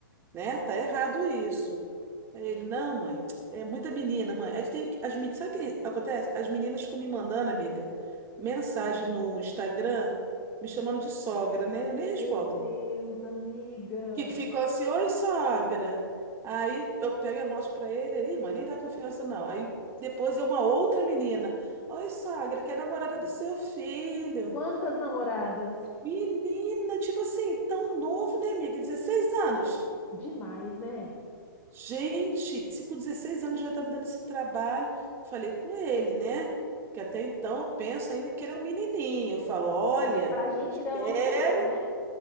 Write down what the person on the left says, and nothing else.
Meu
Deus, amiga.
Quantas namoradas?
Demais, né?
Ai, pra gente
ainda é o nosso bebê, né?